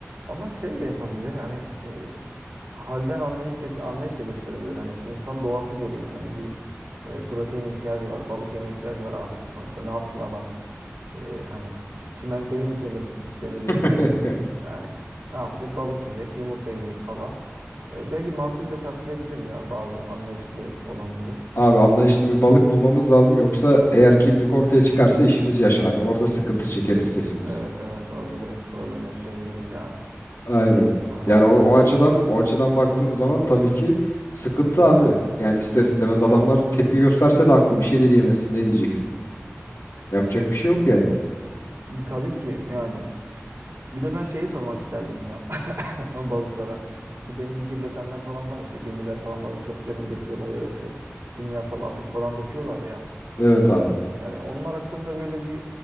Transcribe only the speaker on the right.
Ama şey de yapabilir. Hani e, halden anlayıp da anlayış da gösterebilir. Hani insan doğası gereği hani bir e, protein ihtiyacı var. Balık yeme ihtiyacı var abi. Sonuçta ne yapsın adam? E, hani çimentoyu mu kemirsin? Demirleri mi
kemirsin? Yani ne yapacak? Balık yiyecek, yumurta yiyecek falan. E, belki makul de karşılayabilir ya bazı anlayışlı olanları.
Evet
evet orada biraz problem yaşayabiliriz yani.
A-
aynen.
Tabii ki yani. Bir de ben şeyi sormak isterdim ya <laughs> balıklara. Bu denizi kirletenler falan var işte gemiler falan bazı çöplerini döküyorlar ya da işte kimyasal atık falan döküyorlar ya.
Yani onlar hakkında böyle bir